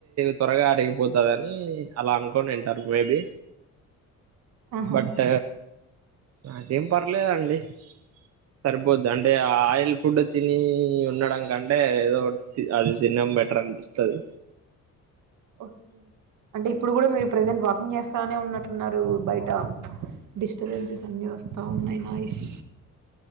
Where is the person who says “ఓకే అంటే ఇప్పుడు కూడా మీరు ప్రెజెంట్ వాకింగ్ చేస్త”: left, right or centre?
Right